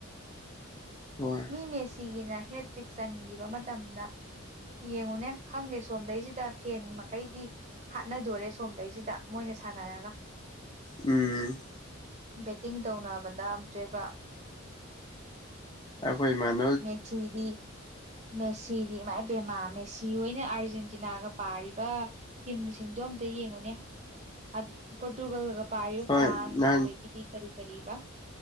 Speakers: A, on the left; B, on the right.
A: ꯍꯣꯏ
B: ꯃꯤ ꯃꯦꯁꯤꯒꯤꯅ ꯍꯦꯇ꯭ꯔꯤꯛ ꯆꯟꯈꯤꯕ ꯃꯇꯝꯗ ꯌꯦꯡꯉꯨꯅꯦ ꯈꯪꯗꯦ ꯁꯣꯝꯗꯩꯁꯤꯗ ꯐꯦꯟ ꯃꯈꯩꯗꯤ ꯍꯥꯠꯅꯗꯣꯔꯦ ꯁꯣꯝꯗꯩꯁꯤꯗ ꯃꯣꯏꯅ ꯁꯥꯟꯅꯔꯒ
A: ꯎꯝ
B: ꯕꯦꯠꯇꯤꯡ ꯇꯧꯅꯕꯗ ꯑꯝꯇꯣꯢꯕ꯫
A: ꯑꯩꯈꯣꯏ ꯏꯃꯥꯟ
B: ꯃꯦꯛꯆꯤꯗꯤ ꯃꯦꯁꯤꯗꯤ ꯃꯥꯏ ꯄꯦꯃꯥ ꯃꯦꯁꯤ ꯍꯣꯏꯅ ꯑꯥꯔꯖꯦꯟꯇꯤꯅꯥꯒ ꯄꯥꯔꯤꯕ ꯇꯤꯝꯁꯤꯡꯗꯣ ꯑꯝꯇ ꯌꯦꯡꯉꯨꯅꯦ ꯑꯟ ꯄꯣꯔꯇꯨꯒꯜꯒ ꯄꯥꯔꯤꯕ
A: ꯍꯣꯏ
B: ꯐ꯭ꯔꯥꯟꯁ
A: ꯅꯍꯥꯟ
B: ꯑꯗꯒꯤꯗꯤ ꯀꯔꯤ ꯀꯔꯤꯑꯕ